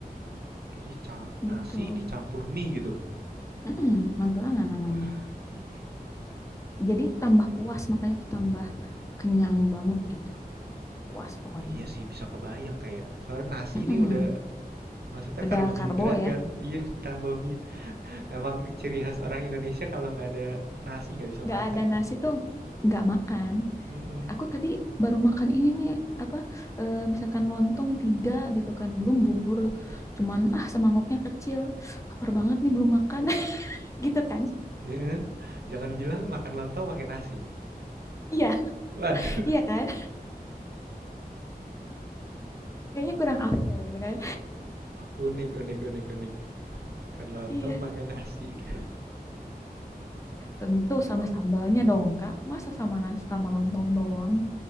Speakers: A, on the right; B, on the left.
A: Jadi ca- nasi
B: gitu.
A: dicampur mie gitu.
B: Mm-mm, Magelangan namanya.
A: Wah, i-
B: Jadi tambah puas makanya tuh tambah kenyang banget gitu. Puas pokoknya.
A: iya sih bisa kebayang kayak soalnya nasi
B: Mm-mm.
A: ini udah maksudnya
B: udah
A: karbohidrat
B: karbo ya
A: kan? Iya, tambah mie Emang ciri khas orang Indonesia kalau nggak ada nasi nggak bisa
B: nggak
A: makan
B: ada nasi
A: ya.
B: tuh nggak makan
A: Mm-mm.
B: aku tadi baru makan ini nih apa eh, misalkan lontong tiga gitu kan belum bubur
A: Lontong.
B: cuman ah semangkoknya kecil lapar banget nih belum makan <laughs> gitu kan
A: Iya. Jangan bilang makan lontong pakai nasi.
B: iya
A: Waduh.
B: iya kan kayaknya kurang afdol gitu kan
A: <laughs> Unik, unik, unik, unik. Makan lontong
B: iya
A: pakai nasi. itu. <laughs>
B: tentu sama sambalnya dong kak masa sama nasi sama lontong doang